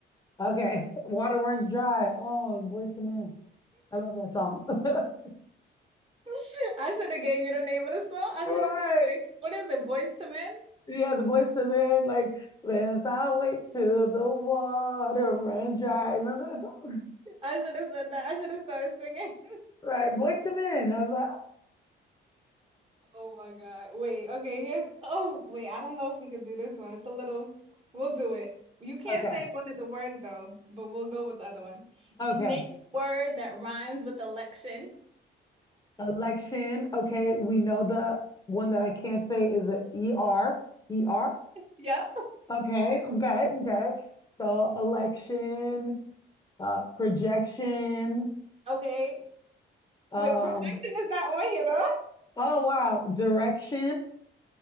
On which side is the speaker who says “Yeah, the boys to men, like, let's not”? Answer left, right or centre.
Left